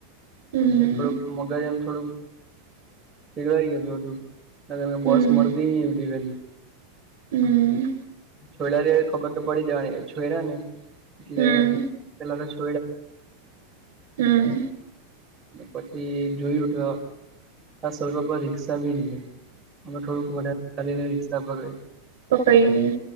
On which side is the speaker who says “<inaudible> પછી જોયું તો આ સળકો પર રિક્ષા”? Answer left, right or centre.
Right